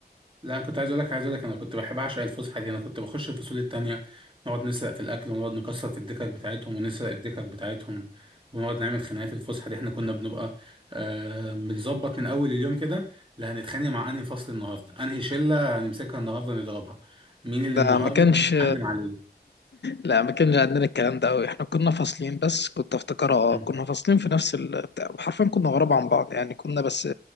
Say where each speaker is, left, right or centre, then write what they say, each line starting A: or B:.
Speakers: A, on the right (about 30°); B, on the left (about 85°).
A: لا كنت عايز اقول لك عايز اقول لك انا كنت بحب اعشق الفسحه دي انا كنت بخش الفصول التانية نقعد نسرق في الاكل ونقعد نكسر في الدكك بتاعتهم ونسرق الدكك بتاعتهم ونقعد نعمل خناقات الفسحه دي احنا كنا بنبقى آه بنظبط من اول اليوم كده لا هنتخانق مع انهي فصل النهارده انهي شله هنمسكها النهارده نضربها مين اللي
B: ده
A: النهارده
B: ما كانش
A: هنتعلم عليه
B: لا ما كانش عندنا الكلام ده قوي احنا كنا فاصلين بس كنت افتكرها اه
A: مم.
B: كنا فاصلين في نفس ال- بتاع حرفيا كنا غراب عن بعض يعني كنا بس